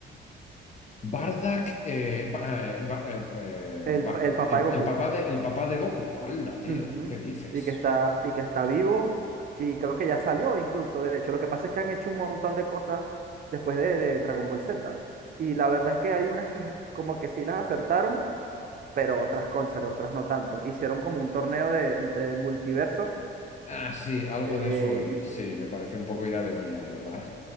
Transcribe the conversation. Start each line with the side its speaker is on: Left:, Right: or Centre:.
Left: Bardock, eh, Ba- eh, Ba- eh, eh,
Right: el,
Left: Ba-
Right: pa- el papá
Left: el,
Right: de Goku,
Left: el papá de, el papá de Goku, ¡hala, tío!
Right: Ujú.
Left: ¿Qué dices?
Right: Y que está, y que está vivo, y creo que ya salió incluso, de hecho, lo que pasa es que han hecho un montón de cosas después de, de Dragon Ball Z, y la verdad es que hay unas que como que sí las acertaron pero otras, cónchale, otras no tanto. Hicieron como un torneo de, entre multiversos.
Left: Ah, sí, algo
Right: eh,
Left: de eso hoy.
Right: y entonces-
Left: Sí, me pareció un poco idea de olla, la verdad.